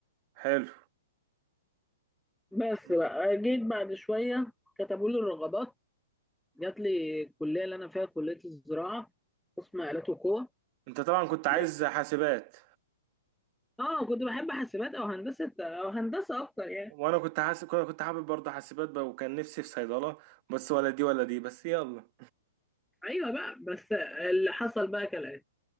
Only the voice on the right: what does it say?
حلو
مم.
انت طبعا كنت عايز
حاسبات
وانا كنت حاسب كنت حابب برضه حاسبات بقى وكان نفسي في صيدله بس ولا دي ولا دي بس يلا